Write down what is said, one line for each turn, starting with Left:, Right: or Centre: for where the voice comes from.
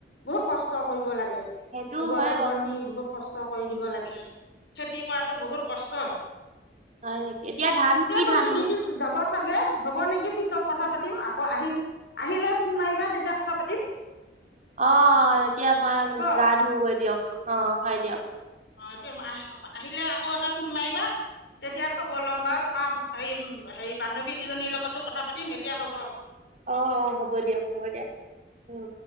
Left: বহুত কষ্ট কৰিব লাগে।
Right: সেইটো
Left: গোবৰ
Right: হয়
Left: চোবৰ
Right: বাৰু
Left: নি বহুত কষ্ট কৰি দিব লাগে। খেতি কৰাতটো বহুত কষ্ট।
Right: হয় নেকি এতিয়া ধান কি
Left: তুমি
Right: ধান?
Left: ডিউটিত যাব চাগে হ'ব নেকি পিছত কথা পাতিম আকৌ আহিল আহিলৈ ফোন মাৰিবা তেতিয়া কথা পাতিম।
Right: অ এতিয়া মই
Left: হ'ব
Right: গা ধুওগৈ দিয়ক। অ হয় দিয়া
Left: অ তেওঁ <unintelligible> আহিলে আকৌ এটা ফোন মাৰিবা। তেতিয়া হ'ব ল'ম বাৰু তোমাৰ হেৰি হেৰি বান্ধৱী কেইজনীৰ লগতো কথা পাতিম এতিয়া হ'ব।
Right: অ অ হ'ব দিয়ক হ'ব দিয়া উম।